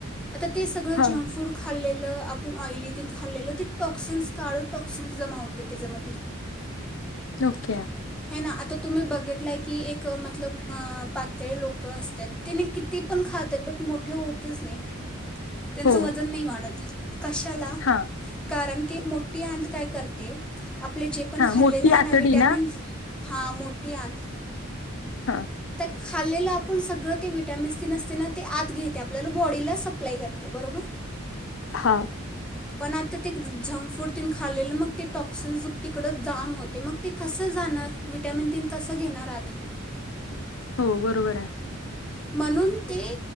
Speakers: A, in the centre; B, on the left (about 70°).
A: आता ते सगळं,
B: हा
A: जंक फूड खाल्लेलं ल आपूण ऑयली खालेल ते टॉक्सिन्सस, काळ टॉक्सिन्स जमा होतय त्याच्यामधी
B: ओके
A: हे ना आता तुम्ही बघितलाय की एक मतलब पातळी लोक ल असतात तेने किती पण खातात बट मोठे होतच नाही. त्यांचं
B: हो
A: वजन नाही वाढत. कशाला
B: हा
A: कारण ती मोठी अंत काय करते. आपले जे पण
B: हा
A: खाल्लेलं
B: मोठी
A: आहे
B: आतडी
A: ना विटॅमिन हा मोठीे <unintelligible>
B: हा
A: खाल्लेलं आपण सगळं ते वीटामिन नसते ना ते आत घेते आपल्याला बॉडीला सप्लाय करते. बरोबर
B: हा
A: पण आता ते झंक फूड तन खालेलं मग ते टॉक्सिन तिकड जाम होते मग ते कसं जाणार विटॅमिन तीन कसं घेणार आत
B: हो बरोबर आहे.
A: म्हणून ते